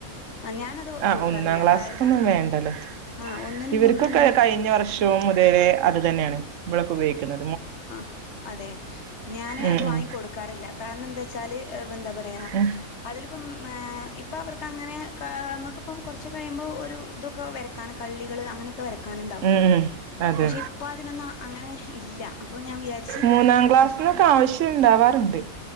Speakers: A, on the left; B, on the right.
A: ഞാനത്
B: ആ
A: കൊടുക്കാറില്ല
B: ഒന്നാം ക്ലാസ്സൊക്കെ
A: കാരണം
B: ഒന്നുംവേണ്ടല്ലോ
A: ആഹ് ഒന്നിനും
B: ഇവർക്കെയൊക്കെ
A: മൂന്നിനൊന്നും
B: കഴിഞ്ഞ വർഷം <unintelligible> അതെ അങ്ങനെ തന്നെ ഇവിടെയൊക്കെ ഉപയോഗിക്കാറ്
A: ആ അതെ ഞാൻ
B: ഉം
A: അതെ
B: ഉം
A: വാങ്ങികൊടുക്കാറില്ല കാരണമെന്തേച്ചല്ലേ എന്താ പ യാം
B: ഉം
A: അതില്ലേ ഇപ്പൊ മ ഇപ്പൊ അങ്ങനെ ക കുറച്ചേ കഴിയുപോലെ ഒരു <unintelligible> വരും കള്ളികൾ അങ്ങനെ വരക്കാൻ ഉണ്ടാവുല്ലോ
B: ഉം ഉം അതെ
A: ഇപ്പൊ അതിനൊന്നും അങ്ങനെ ഇല്ല അപ്പൊ ഞാൻ വിചാരിച്ച്
B: മൂന്നാം ക്ലാസ്സിലെ ആവിശ്യം ഉണ്ടാവാറുണ്ട്